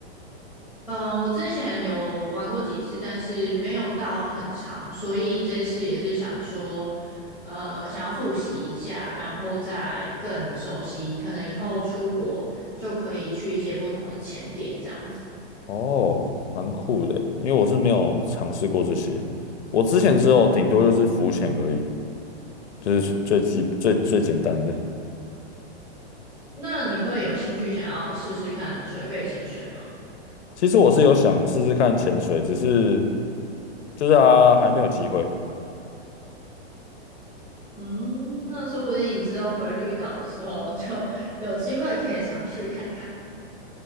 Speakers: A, in the centre; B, on the left (about 85°).
A: 嗯，我之前有玩过几次，但是没有到很长，所以这次也是想说，呃，想要复习一下，然后再更熟悉，可能以后出国就可以去一些不同的潜点这样子。
B: 哦，蛮酷的，因为我是没有尝试过这些，我之前只有顶多就是浮潜而已，就是最基最最简单的。
A: 那你会有兴趣想要试试看水肺潜水吗？
B: 其实我是有想试试看潜水，只是就是啊还没有机会。
A: 嗯，那说不定你之后回绿岛的时候就有机会可以尝试看看。